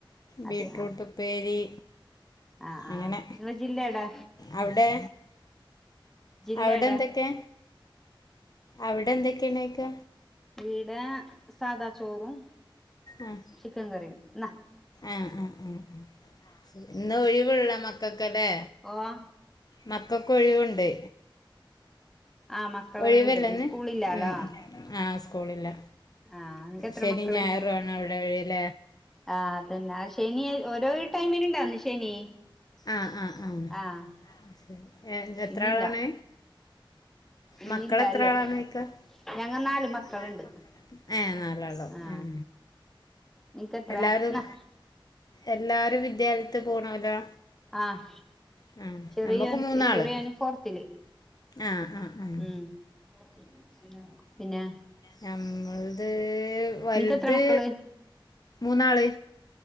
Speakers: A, on the left; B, in the centre.
A: ബീറ്റ്റൂട്ടുപ്പേരി
B: അതെ ആഹ് ആഹ്
A: അങ്ങനെ
B: ആഹ് നിങ്ങളെ ജില്ല എടാ
A: അവിടെ
B: ജില്ല
A: അവിടെന്തൊക്കെയ
B: എടാ
A: അവിടെന്തൊക്കെയാണ്ക്ക
B: ഈടെ സാദാ ചോറും
A: ആഹ്
B: ചിക്കൻ കറിയും ഇന്നാ
A: ആഹ് ആഹ് ആഹ് ഇന്ന് ഒഴിവുള്ള മക്കക്കല്ലേ
B: ഓഹ്
A: മക്കക്കൊഴിവുണ്ട്.
B: ആഹ് മക്കളെല്ലാം
A: ഒഴിവല്ലെന്ന്
B: ഉണ്ട് സ്കൂളില്ലാലോ
A: ഉം ആഹ് സ്കൂളില്ല
B: ആഹ് നിനക്ക് എത്ര
A: ശനീം
B: മക്കള്
A: ഞായറുവാണോ അവിട
B: ആഹ് അതന്നെ ആഹ് ശനി ഓരോ ടൈമിൽണ്ടാവുന്ന് ശനി
A: ആഹ് ആഹ് ആഹ്
B: ആഹ്
A: എത്രാളാണ്
B: ഇന്നില്ല ഇന്നില്ല
A: മക്കൾ എത്ര
B: അല്ലേ
A: ആളാണ് ഇക്ക
B: ഞങ്ങ നാല്
A: <unintelligible>
B: മക്കളുണ്ട്
A: ആഹ് നാലാളോ
B: ആഹ്
A: ഉം
B: നിനക്ക് എത്ര
A: എല്ലാരും
B: ന്നാ
A: എല്ലാരും വിദ്യാലയത്ത് പോണോല്ലോ?
B: ആഹ്
A: <unintelligible>
B: ചെറിയോൻ
A: നമ്മക്ക് മൂന്നാള്
B: ചെറിയോന് ഫോർത്തില്
A: ആഹ് ആഹ് ആഹ്.
B: ഉം <unintelligible> പിന്നെ
A: ഞമ്മളത് വലുത്
B: നിനക്ക് എത്ര മക്കള്
A: മൂന്നാള്.